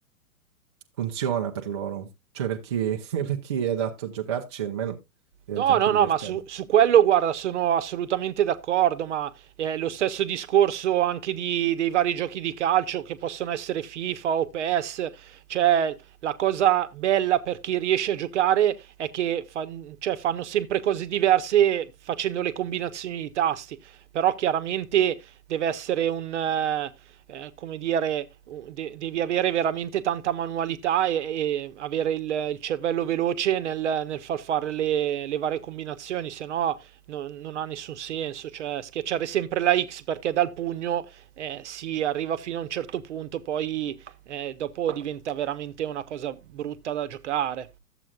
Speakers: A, on the right; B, on the right.
A: funziona per loro, cioè per chi, <laughs> per chi è adatto a giocarci almeno diventa
B: No,
A: anche
B: no,
A: divertente.
B: no, ma su, su quello, guarda, sono assolutamente d'accordo, ma eh, lo stesso discorso anche di- dei vari giochi di calcio che possono essere FIFA o PES, cioè la cosa bella per chi riesce a giocare è che fa- cioè, fanno sempre cose diverse facendo le combinazioni di tasti, però chiaramente deve essere un, eh, eh, come dire, u- de- devi avere veramente tanta manualità e, e avere il, il cervello veloce nel, nel far fare le, le varie combinazioni, se no non, non ha nessun senso. Cioè, schiacciare sempre la X perché dal pugno eh, si arriva fino a un certo punto, poi eh, dopo diventa veramente una cosa brutta da giocare.